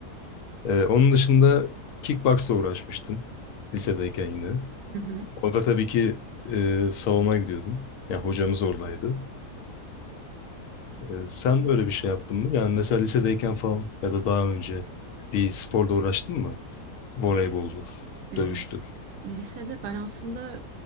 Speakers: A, on the left; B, on the right.
A: e, onun dışında kickboxla uğraşmıştım lisedeyken yine.
B: hı hı.
A: Orada tabii ki e, salona gidiyordum. Ya hocamız oradaydı. E, sen öyle bir şey yaptın mı? Yani mesela lisedeyken falan ya da daha önce bir sporla uğraştın mı? Voleyboldur,
B: E, e,
A: dövüştür.
B: lisede ben aslında